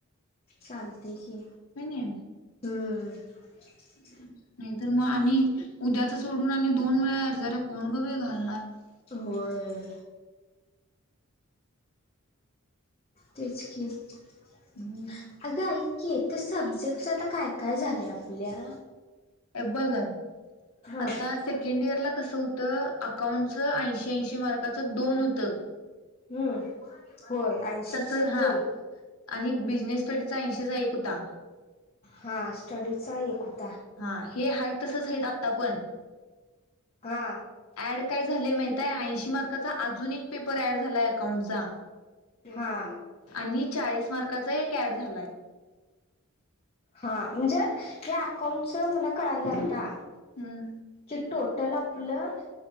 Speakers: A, on the left; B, on the left.
A: चालते की
B: कणी
A: हा.
B: <inaudible>
A: होय. तेच कि अगं
B: हम्म
A: ऐक? कि ते सब्जेक्टच आता काय काय झाले आपल्या
B: बघ
A: हा
B: आता सेकंड इयरला. कस होत, अकाउंटच, ऐंशी- ऐंशी मार्काचं दोन होत.
A: हम्म होय ऐंशीचे
B: तस हो
A: दोन
B: आणि बिजनेस स्टडीचा ऐंशीचा एक होता.
A: हा, स्टडीचा एक होता.
B: हा, हे हाय तसंच हायत आता पण.
A: हा
B: ऍड काय झाले माहितिये ता ऐंशी मार्काचा अजून एक पेपर अँड झालाय अकाउंट चा?
A: हा
B: आणि चाळीस मार्काचा एक ऍड झालाय
A: हा म्हणजे या अकाउंटच मला कळायला आत्ता
B: हम्म
A: की टोटल आपलं